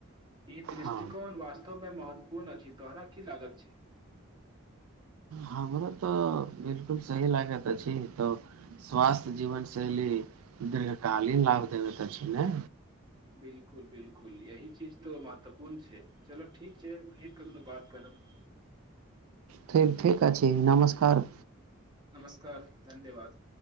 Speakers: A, on the right; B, on the right.
A: ई दृष्टिकोण
B: हँ
A: वास्तव महत्वपूर्ण छी तोहरा की लागत छै
B: हमरो तऽ बिलकुल सही लागैत अछि तऽ स्वास्थ्य जीवन शैली दीर्घकालीन लाभ देब अछि ने
A: बिलकुल बिलकुल यही चीज तऽ महत्वपूर्ण छै चलऽ ठीक छै फेर कखनो बात करब
B: ठीक ठीक अछा नमस्कार
A: नमस्कार धन्यवाद